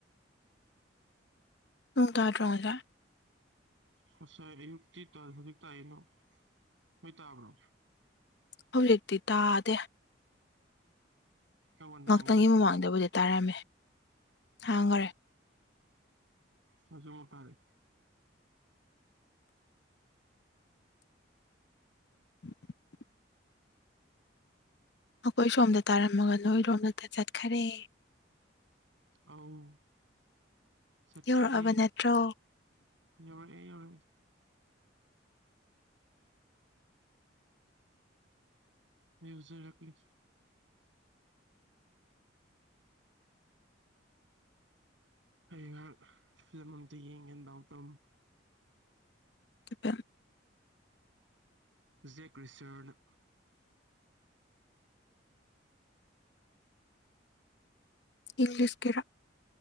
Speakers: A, on the left; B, on the right.
A: ꯅꯣꯡ ꯇꯥꯗ꯭ꯔꯣ ꯑꯣꯖꯥ
B: ꯉꯁꯥꯏ ꯑꯌꯨꯛꯇꯤ ꯇꯥꯢ ꯍꯧꯖꯤꯛ ꯇꯥꯢ ꯅꯣ ꯅꯣꯢ ꯇꯥꯕ꯭ꯔꯣ꯫
A: ꯍꯧꯖꯤꯛꯇꯤ ꯇꯥꯗꯦ
B: ꯅꯪ ꯃꯟꯗꯥꯡꯒꯤ
A: ꯉꯥꯏꯍꯥꯛꯇꯪꯒꯤ ꯃꯃꯥꯡꯗꯕꯨꯗꯤ ꯇꯥꯔꯝꯃꯦ ꯍꯥꯡꯒꯔꯦ
B: ꯍꯧꯖꯤꯛ ꯃꯨꯛ ꯇꯥꯔꯛꯑꯦ꯫
A: <inaudible> ꯑꯩꯈꯣꯏ ꯁꯣꯝꯗ ꯇꯥꯔꯝꯃꯒ ꯅꯣꯏꯔꯣꯝꯗꯗꯛ ꯆꯠꯈꯔꯦ꯫
B: ꯑꯧ ꯆꯠꯈꯔꯦ
A: ꯌꯧꯔꯛꯑꯕ ꯅꯠꯇ꯭ꯔꯣ
B: ꯌꯧꯔꯛꯑꯦ ꯌꯧꯔꯛꯑꯦ ꯌꯧꯖꯔꯛꯂꯤ ꯑꯩ ꯉꯍꯥꯛ ꯐꯤꯂꯝ ꯑꯝꯇ ꯌꯦꯡꯒꯦ ꯗꯥꯎ ꯇ
A: <unintelligible>
B: ꯖꯦꯛ ꯔꯤꯆꯔꯠ
A: ꯏꯪꯂꯤꯁ ꯀꯔ